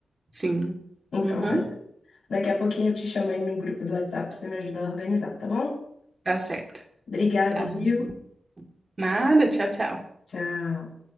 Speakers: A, on the right (about 25°); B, on the left (about 60°).
A: Sim.
B: Então,
A: Uhum,
B: tá. Daqui a pouquinho eu te chamo aí no grupo do WhatsApp para você me ajudar a organizar, tá bom?
A: tá certo.
B: Obrigada,
A: Tá bom.
B: viu?
A: Nada, tchau, tchau.
B: Tchau.